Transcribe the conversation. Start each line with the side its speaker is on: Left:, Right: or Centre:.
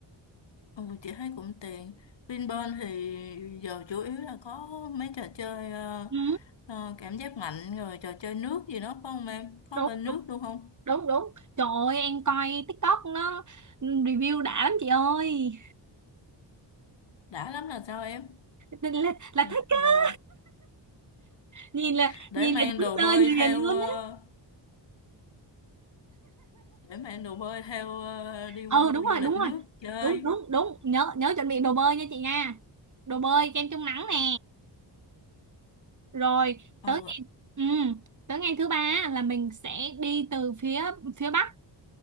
Left: ừ, chị thấy cũng tiện Vinpearl thì giờ chủ yếu là có mấy trò chơi ờ,
Right: ừ
Left: ờ, cảm giác mạnh rồi trò chơi nước gì đó phải không em có
Right: đúng
Left: bên nước luôn không
Right: đúng đúng trời ơi em coi TikTok nó review đã lắm chị ơi
Left: đã lắm là sao em
Right: là, là
Left: Ừ,
Right: thích á
Left: ừ.
Right: nhìn là
Left: để
Right: nhìn
Left: mang
Right: là đứng
Left: đồ
Right: chơi
Left: bơi
Right: liền
Left: theo
Right: luôn
Left: ờ,
Right: á
Left: để mang đồ bơi theo ờ, đi qua
Right: ừ
Left: khu
Right: đúng rồi
Left: du lịch
Right: đúng
Left: nước
Right: rồi
Left: chơi
Right: đúng đúng đúng nhớ nhớ chuẩn bị đồ bơi nha chị nha đồ bơi kem chống nắng nè rồi
Left: ờ
Right: tới ừ, tới ngày thứ ba á, là mình sẽ đi từ phía phía bắc